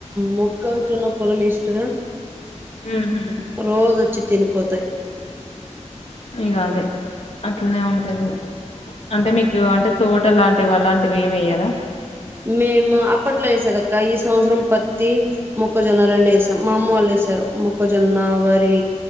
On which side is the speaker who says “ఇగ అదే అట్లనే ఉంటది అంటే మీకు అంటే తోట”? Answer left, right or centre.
Left